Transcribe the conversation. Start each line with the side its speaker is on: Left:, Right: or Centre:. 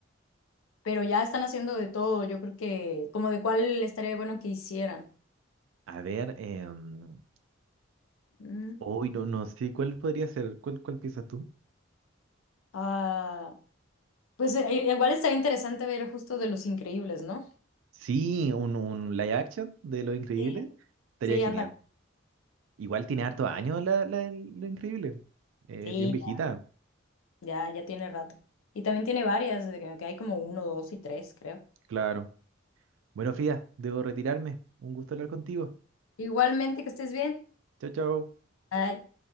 Left: Pero ya están haciendo de todo, yo creo que como de cuál estaría bueno que hicieran.
Right: A ver, em,
Left: Mm.
Right: hoy no, no sé cuál podría ser, ¿cuál, cuál piensas tú?
Left: Ah, Pues eh, e, igual estaría interesante ver justo de Los Increíbles, ¿no?
Right: Sí, un, un live action de Lo Increíble
Left: Sí.
Right: estaría
Left: Sí,
Right: genial.
Left: anda.
Right: Igual tiene hartos años la, la, del Lo Increíble, Eh,
Left: Sí,
Right: bien viejita,
Left: ya, ya tiene rato. Y también tiene varias, de que que hay como uno, dos y tres, creo.
Right: claro. Bueno, Frida, debo retirarme. Un gusto hablar contigo.
Left: Igualmente, que estés bien.
Right: Chao, chao.
Left: Bye.